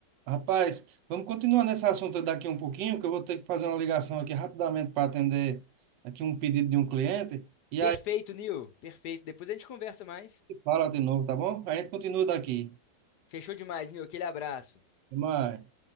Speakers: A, on the right (about 80°); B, on the left (about 70°).
A: Rapaz, vamos continuar nesse assunto daqui um pouquinho, que eu vou ter que fazer uma ligação aqui rapidamente para atender aqui um pedido de um cliente. E
B: Perfeito,
A: aí,
B: Nil. Perfeito. Depois a gente conversa mais.
A: fala de novo, tá bom? A gente continua daqui.
B: Fechou demais, Nil. Aquele abraço.
A: Até mais.